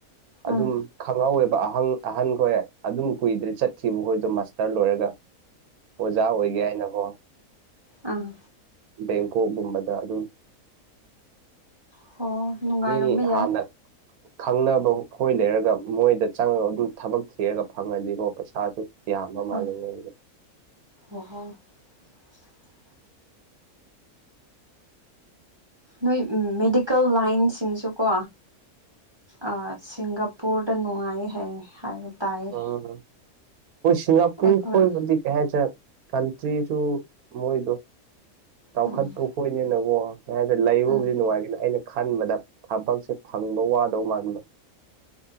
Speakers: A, on the right (about 75°); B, on the right (about 20°).
A: ꯑꯗꯨꯝ
B: ꯎꯝ
A: ꯈꯪꯍꯧꯋꯦꯕ ꯑꯍ ꯑꯍꯟꯈꯣꯏ ꯑꯗꯨꯝ ꯀꯨꯏꯗ꯭ꯔꯦ ꯆꯠꯈꯤꯕꯈꯣꯏꯗꯣ ꯃꯥꯁꯇꯔ ꯂꯣꯏꯔꯒ ꯑꯣꯖꯥ ꯑꯣꯏꯒꯦ ꯍꯥꯏꯅꯀꯣ
B: ꯑꯥ
A: ꯕꯦꯡꯀꯣꯛꯒꯨꯝꯕꯗ ꯑꯗꯨꯝ
B: ꯍꯣ ꯅꯨꯡꯉꯥꯏꯔꯝꯕ
A: ꯃꯤ
B: ꯌꯥꯏ
A: ꯍꯥꯟꯅ ꯈꯪꯅꯕ ꯑꯩꯣꯏ ꯂꯩꯔꯒ ꯃꯣꯏꯗ ꯆꯪꯉꯒ ꯑꯗꯨ ꯊꯕꯛ ꯊꯤꯔꯒ ꯐꯪꯉꯅꯤꯀꯣ ꯄꯩꯁꯥꯁꯨ ꯀ ꯑꯃ ꯃꯥꯂ
B: ꯎꯝ
A: ꯂꯩꯦ
B: ꯑꯣꯍꯣ <unintelligible> ꯅꯣꯏ ꯃꯦꯗꯤꯀꯦꯜ ꯂꯥꯏꯟꯁꯤꯡꯁꯨꯀꯣ ꯑꯥ ꯁꯤꯡꯒꯥꯄꯨꯔꯗ ꯅꯨꯡꯉꯥꯏ ꯍꯥꯏꯩ ꯍꯥꯏꯕ ꯇꯥꯏ
A: ꯑꯩꯣꯏ ꯁꯤꯁꯤꯡꯒꯥꯄꯨꯔ
B: ꯑꯩꯈꯣꯏ
A: ꯀꯣꯏ ꯀꯦ ꯆ ꯀꯟꯇ꯭ꯔꯤꯁꯨ ꯃꯣꯏꯗꯣ ꯆꯥꯎꯈꯠꯄ
B: ꯎꯝ
A: ꯈꯣꯏꯅꯦꯅꯀꯣ ꯍꯥꯏ ꯂꯩꯕꯕꯨꯗꯤ
B: ꯎꯝ
A: ꯅꯨꯡꯉꯥꯏꯒꯅ ꯑꯩꯅ ꯈꯟꯕꯗ ꯊꯕꯛꯁꯦ ꯐꯪꯕ ꯋꯥꯗꯧ ꯃꯥꯟꯕ